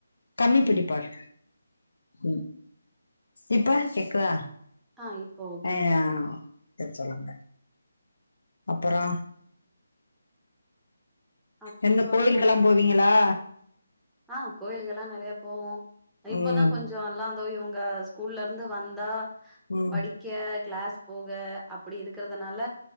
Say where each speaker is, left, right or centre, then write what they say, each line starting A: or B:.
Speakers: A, on the left; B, in the centre.
A: கம்மி படிப்பார் ம் இப்ப கெக்குதா
B: ஆ இப்போ ஓகே
A: அய எ சொல்லுங்க அப்புறோ
B: அப்பறோ
A: என்ன கோயிலுக்கெல்லா போவீங்களா
B: ஆ கோயிலுக்கல்லா நறைய போவோ இப்பதா
A: ம்
B: கொஞ் சோ எல்லா தோ இவுங்க ஸ்கூல்லருந்து வந்தா
A: ம்
B: படிக் க்க கிளாஸ் போக அப்டி இருக்கறதுனால